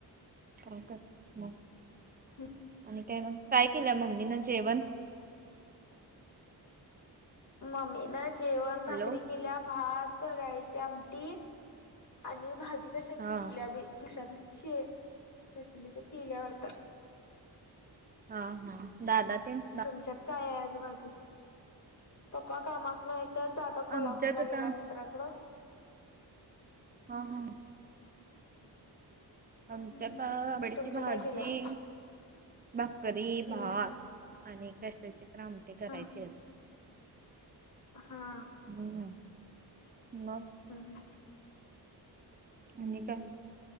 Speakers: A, on the right; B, on the left.
A: काय कर मग
B: हम्
A: आणि काय मग काय केलं मम्मी ना जेवण
B: मम्मी ना जेवण भाकरी
A: हॅलो.
B: केल्या भात तराळीची आमटी आणि भाजी कशाची
A: हा
B: केिल्या बी पक्षात शे कसली तर केल्यावरतात
A: हा हा दादा तीन
B: तुमच्यात काय आहे आज भाजी पप्पा कामासन च दादा कोल्हापूर
A: आमच्यात
B: ला
A: आता
B: गेला मित्राकडं
A: हा हा आमच्यात
B: हम्म
A: आबडीची
B: तुमच्या
A: भाजी
B: काय केल्यात
A: भाकरी
B: हम्म
A: भात आणि कशाचे काम ते करायचे
B: हा हा
A: हम्म म
B: हम् हम
A: आणि काय